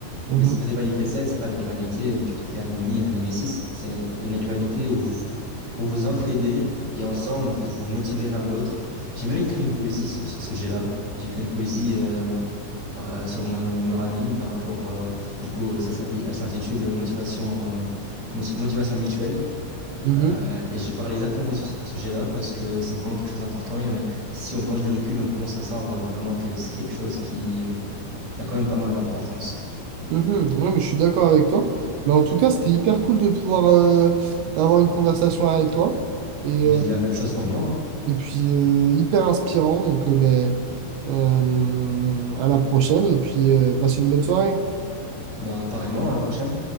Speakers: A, on the right; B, on the right.
A: Mhm.
B: Mais c'est une rivalité saine, c'est pas une rivalité où tu te fais un ennemi, un némésis. C'est une rivalité où vous vous, vous entraidez et ensemble, en fait, vous vous motivez l'un l'autre. J'ai même écrit une poésie sur ce sujet-là. J'ai écrit une poésie euh, par- sur mon meilleur ami par rapport, euh, du coup, ça, ça- elle s'intitule Motivation, euh, mo- Motivation mutuelle.
A: Mhm.
B: Euh, et je parle exactement de ce sujet-là parce que c'est vraiment quelque chose d'important. Et, euh, si on prend du recul et on pense à ça, on voit vraiment que c'est quelque chose qui, qui a quand même pas mal d'importance.
A: Mhm. Ouais, mais je suis d'accord avec toi. Mais en tout cas, c'était hyper cool de pouvoir euh, avoir une conversation avec toi. Et,
B: Mais
A: euh,
B: de la même chose pour moi. hein.
A: Et puis, euh, hyper inspirant. Donc, euh, ben, euh, à la prochaine. Et puis, euh, passe une bonne soirée.
B: Bah, apparemment, à la prochaine.